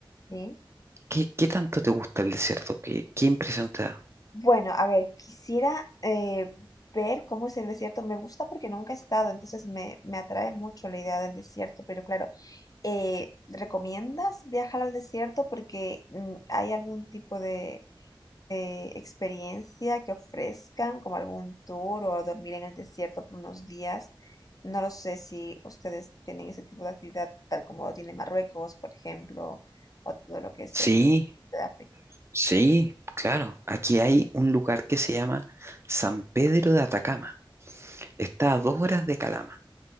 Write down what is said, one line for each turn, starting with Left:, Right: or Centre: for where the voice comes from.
Left: sí.
Right: ¿qué, qué tanto te gusta el desierto? ¿Qué, qué impresión te da?
Left: Bueno, a ver, quisiera eh, ver cómo es el desierto. Me gusta porque nunca he estado, entonces me, me atrae mucho la idea del desierto, pero claro. Eh, ¿recomiendas viajar al desierto? Porque mm, hay algún tipo de, de experiencia que ofrezcan, como algún tour o dormir en el desierto por unos días. No lo sé si ustedes tienen ese tipo de actividad, tal como lo tiene Marruecos, por ejemplo, o todo lo que es
Right: Sí,
Left: el norte de África.
Right: sí, claro. Aquí hay un lugar que se llama San Pedro de Atacama. Está a dos horas de Calama.